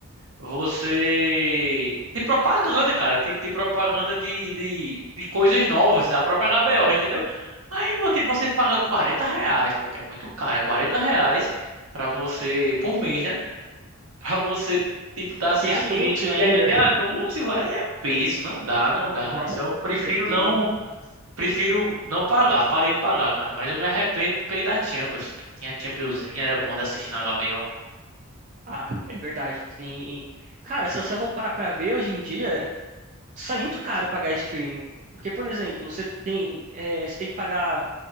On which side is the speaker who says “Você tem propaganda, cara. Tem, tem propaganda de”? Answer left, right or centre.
Right